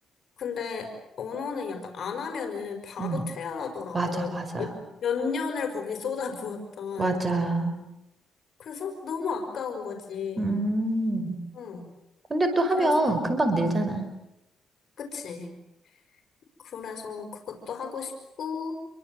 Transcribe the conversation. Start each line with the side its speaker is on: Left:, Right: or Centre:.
Left: 근데 언어는 약간 안 하면은 바로
Right: 음.
Left: 퇴화하더라고.
Right: 맞아, 맞아.
Left: 몇, 몇 년을 거기 쏟아부었던.
Right: 맞아.
Left: 그래서 너무 아까운 거지.
Right: 음.
Left: 응.
Right: 근데 또 하면
Left: 그래서
Right: 금방 늘잖아.
Left: 그치. 그래서 그것도 하고 싶고